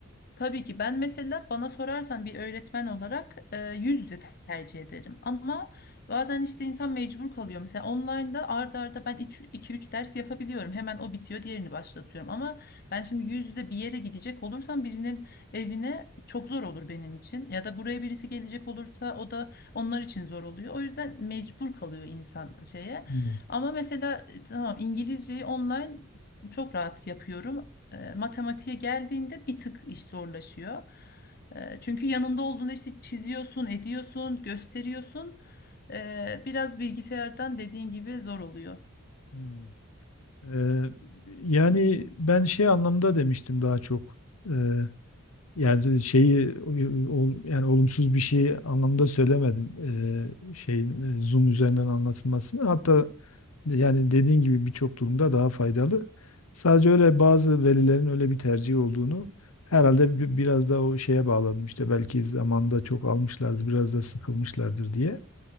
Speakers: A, on the left (about 45°); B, on the left (about 80°).
A: Tabii ki ben mesela bana sorarsan bir öğretmen olarak e, yüz yüze tercih ederim. Ama bazen işte insan mecbur kalıyor. Mesela online'da arda arda ben iki üç ders yapabiliyorum. Hemen o bitiyor diğerini başlatıyorum. Ama ben şimdi yüz yüze bir yere gidecek olursam birinin evine çok zor olur benim için. Ya da buraya birisi gelecek olursa o da onlar için zor oluyor. O yüzden mecbur kalıyor insan şeye.
B: Hmm.
A: Ama mesela e, tamam İngilizceyi online çok rahat yapıyorum. E, matematiğe geldiğinde bir tık iş zorlaşıyor. E, çünkü yanında olduğunda işte çiziyorsun, ediyorsun, gösteriyorsun. E, biraz bilgisayardan dediğin gibi zor oluyor.
B: Hmm. Ee, yani ben şey anlamda demiştim daha çok. Ee, yani şeyi e, ol- yani olumsuz bir şey anlamda söylemedim. Ee, şeyin e, Zoom üzerinden anlatılmasını. Hatta Yani dediğin gibi birçok durumda daha faydalı. Sadece öyle bazı velilerin öyle bir tercihi olduğunu herhalde bi- biraz da o şeye bağladım işte belki zamanında çok almışlardır biraz da sıkılmışlardır diye.